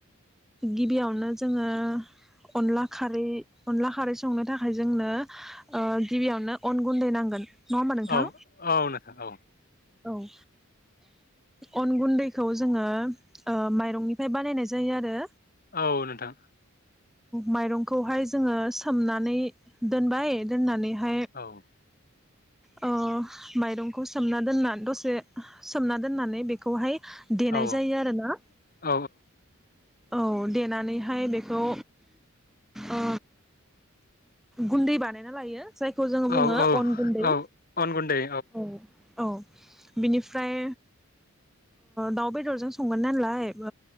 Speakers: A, in the centre; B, on the left.
A: गिबियावनो जोङो अनला खारै अनला खारै संनो थाखाय जोंनो ओ गिबियावनो अन गुन्दै नांगोन। नङा होमबा नोंथां!
B: औ औ नोंथां औ
A: औ <unintelligible> अन गुन्दैखौ जोङो ओ माइरंनिफ्राय बानायनाय जायो आरो।
B: औ नोंथां
A: माइरंखौहाय जोङो सोमनानै दोनबाय दोननानैहाय
B: औ
A: ओ माइरंखौ सोमना दोनना दसे सोमना दोननानै बेखौहाय देनाय
B: औ
A: जायो आरोना।
B: औ
A: औ देनानै हा य बेखौ अ गुन्दै बानायना लायो। जायखौ जोङो
B: औ
A: बुङो
B: औ
A: अन गुन्दै
B: औ अन गुन्दै
A: औ। औ बिनिफ्राय दाउ बेदरजों संगोन नालाय